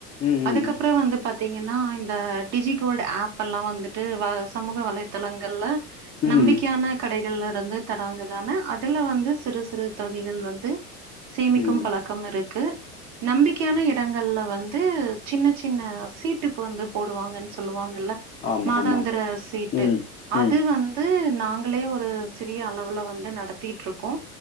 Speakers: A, on the left; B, on the right.
A: ம்,
B: அதுக்கப்றோ
A: ம்.
B: வந்து பாத்தீங்கன்னா இந்த டிஜிகோல்டு ஆப் எல்லா வந்துட் டு சமூக வலைதளங்கல்ல
A: ம்.
B: நம்பிக்கையான கடைகள்ல இருந்து தராங்கதான அது ல வந்து சிறு சிறு தொகைகள் வந்து சேமிக்கும்
A: ம்.
B: பழக்கம் இருக்கு நம்பிக்கையான இடங்கள்ல வந்து சின்ன சின்ன சீட்டுப்பு வந்து போடுவாங்கன் சொல்லுவாங்க ல்ல
A: ஆமா,
B: மாதாந்திர
A: ஆமாம்.
B: சீட்டு
A: ம்.
B: அது
A: ம்.
B: வந்து நாங்களே ஒரு சிறிய அளவுல வந்து நடத்திகிட்ருக்கோ